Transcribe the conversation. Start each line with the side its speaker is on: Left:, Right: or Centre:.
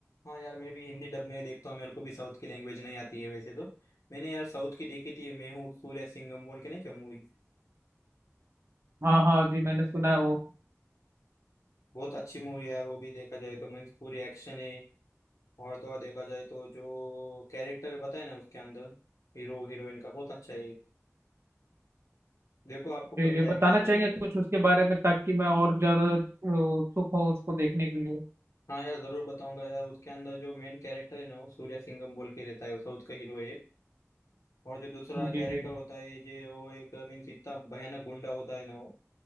Left: हाँ यार मैं भी हिंदी डब में देखता हूँ मेरे को भी साउथ की लैंग्वेज नहीं आती है वैसे तो मैंने यार साउथ की देखी थी मैं हूँ सूर्य सिंघम बोल के नहीं क्या मूवी
Right: हाँ हाँ जी मैंने सुना है वो
Left: बहुत अच्छी मूवी यार वो भी देखा जाए तो मीन्स पूरी एक्शन है और तो और देखा जाए तो जो कैरेक्टर बताए ना उसके अंदर हीरो हीरोइन का बहुत अच्छा है देखो आपको
Right: जी
Left: कभी
Right: जी
Left: टाइम
Right: बताना
Left: मिला
Right: चाहेंगे
Left: तो
Right: कुछ उसके बारे में ताकि मैं और ज्यादा अ, उत्सुक हूँ उसको देखने के लिए
Left: हाँ यार जरूर बताऊंगा यार उसके अंदर जो मेन कैरेक्टर है ना वो सूर्य सिंघम बोल के रहता है वो साउथ का हीरो है और जो दूसरा
Right: हम्म,
Left: कैरेक्टर
Right: जी जी
Left: होता है जो वो एक मीन्स इतना भयानक गुंडा होता है ना वो